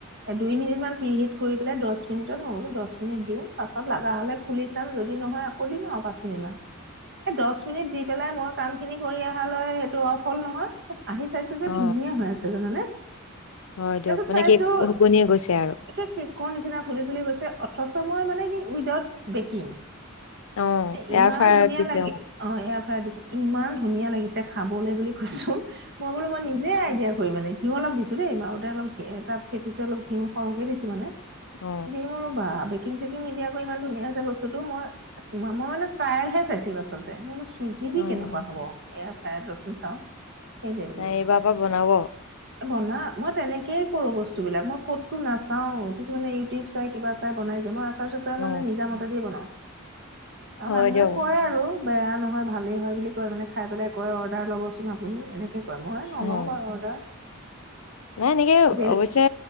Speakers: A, on the right; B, on the left.
A: এ দুই মিনিট মান প্ৰিহিট কৰি পেলাই দচ মিনিটত মইবোলো দচ মিনিট দিওঁ পাছত লাগা হলে খুলি চাম যদি নহয় আকৌ দিম আৰু পাঁচমিনিটমান, এ দচমিনিট দি পেলাই মই কাম খিনি কৰি অহালৈ সেইটো অফ হ'ল নহয় আহি চাইছো যে
B: অ
A: ধুনীয়া হৈ আছে জানানে?
B: হয় দিয়ক,
A: তাৰপিছত
B: মানে
A: চাইছো
B: কি শুবনিয়ে গৈছে আৰু।
A: একে কেকৰ নিচিনা ফুলি ফুলি গৈছে, অথচ মই মানে কি উইদাউট বেকিং।
B: অ
A: এ
B: এয়াৰ
A: ইমান
B: ফ্ৰায়াৰত
A: ধুনীয়া
B: দিছে
A: লাগি অ এয়াৰফ্ৰায়াৰত দিছো, ইমান ধুনীয়া লাগিছে খাবলে বুলি কৈছো, মই বোলো মই নিজে আইডিয়া কৰি মানে ঘিউ অলপ দিছো দেই, মাৰোতে অলপ ঘি তাত ফেটোতে অলপ ঘিউ সৰহকে দিছো মানে।
B: অ
A: দিম ৰবা বেকিং চেকিং নিদিয়াকৈ ইমান ধুনীয়া হৈছে বস্তুটো, মই মই মানে ট্ৰাইলহে চাইছিলো আচলতে, মোৰ চুজি
B: অ
A: দি কেনেকুৱা হ'ব, এয়াৰ ফ্ৰায়াৰত ৰচোন চাওঁ। সেইটোৱে বুলি,
B: এইবাৰ পৰা বনাব
A: এ বনা মই তেনে কে কৰো বস্তুবিলাক মই ক'তো নাচাও, কিছুমানে ইউটিউব চাই কিবা চাই বনাই যে, মই পেছাৰ, চেঁচাৰ
B: অ
A: মানে নিজা মতে দি বনাও, আৰু
B: হয়
A: মানুহে
B: দিয়ক
A: কয় আৰু বেয়া নহয় ভালেই হয় বুলি কয় মানে খাই পেলাই কয়, অৰ্ডাৰ ল'বচোন আপুনি এনে কে কয় মই নলওঁ
B: অ
A: বাৰু অৰ্ডাৰ।
B: <inaudible> নাই এনেকে,
A: জেল
B: অৱশ্যে